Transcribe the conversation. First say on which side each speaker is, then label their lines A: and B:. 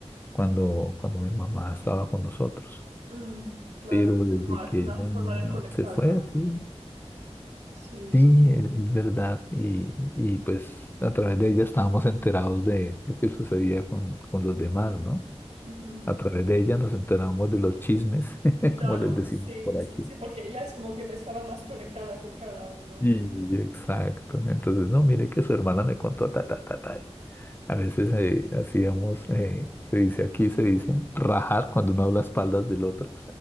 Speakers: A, on the left (about 20°); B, on the right (about 80°).
A: cuando, cuando mi mamá estaba con nosotros.
B: Mm, claro,
A: Pero
B: es
A: desde
B: como
A: que
B: una
A: ella
B: forma
A: no
B: de conectar
A: se fue,
B: también.
A: sí,
B: Sí,
A: sí, es es verdad. Y, y pues a través de ella estábamos enterados de lo que sucedía con, con los demás, ¿no?
B: ujú.
A: A través de ella nos enteramos de los chismes, <laughs>
B: Claro,
A: como les decimos
B: sí,
A: por
B: sí,
A: aquí.
B: sí, porque ella es como que me estaba más conectada con cada uno.
A: Y exacto. Entonces, no, mire que su hermana me contó ta, ta, ta, ta. A veces eh, hacíamos, eh, se dice aquí, se dice, rajar cuando uno habla a espaldas del otro.